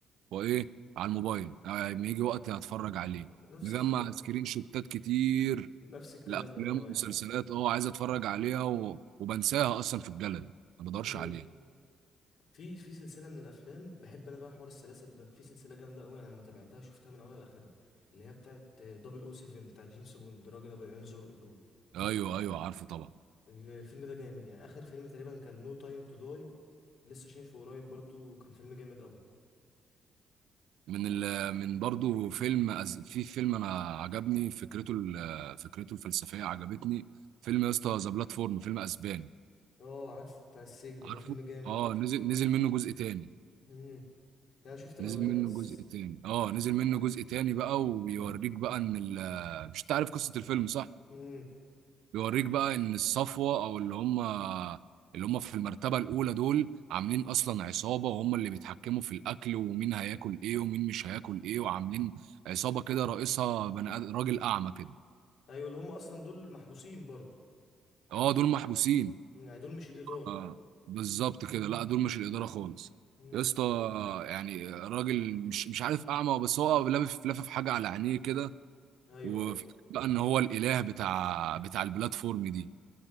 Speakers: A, on the right (about 85°); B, on the left (about 70°).
A: وايه على الموبايل آه، لما يجي وقت هتفرج عليه
B: نفس
A: مجمع
B: الكلام
A: سكرين شوتات كتير
B: نفس الكلام
A: لافلام
B: والله
A: ومسلسلات
B: يا عم
A: اه عايز اتفرج عليها و... وبنساها اصلا في الجاليري ما بدورش
B: مم.
A: عليها
B: في في سلسلة من الافلام بحب انا بقى حوار السلاسل ده في سلسلة جامدة قوي انا لما تابعتها شفتها من اولها لاخرها اللي هي بتاعت آه، 007 بتاع جيمس بوند راجل ابو العيون زرق دول
A: ايوه ايوه عارفه طبعا
B: ال- الفيلم ده جامد يعني اخر فيلم تقريبا كان نو تايم تو داي لسه شايفه قريب برضو كان فيلم جامد قوي
A: من ال من برضو فيلم أز- في فيلم انا عجبني فكرته ال- فكرته الفلسفيه عجبتني فيلم يا اسطى ذا بلاتفورم فيلم اسباني
B: اه عارف بتاع السجن
A: عارفه
B: ده فيلم جامد
A: اه نزل نزل منه جزء تاني
B: امم انا شفت الاولاني
A: نزل منه
B: بس
A: جزء تاني اه نزل منه جزء تاني بقى وبيوريك بقى ان ال- مش تعرف قصه الفيلم صح
B: امم
A: بيوريك بقى ان الصفوه او اللي هم اللي هم في المرتبه الاولى دول عاملين اصلا عصابه وهم اللي بيتحكموا في الاكل ومين هياكل ايه ومين مش هياكل ايه وعاملين عصابه كده رئيسها بني آد- راجل اعمى كده
B: ايوه اللي هم اصلا دول محبوسين برضو
A: اه دول محبوسين
B: مم. يعني دول مش الاداره
A: اه بالظبط كده لا دول مش الاداره خالص
B: امم
A: يا اسطى يعني راجل مش مش عارف اعمى بس هو لافف لافف حاجه على عينيه كده
B: ايوه
A: وفكرة
B: ايوه
A: بقى ان هو الاله بتاع بتاع البلاتفورم دي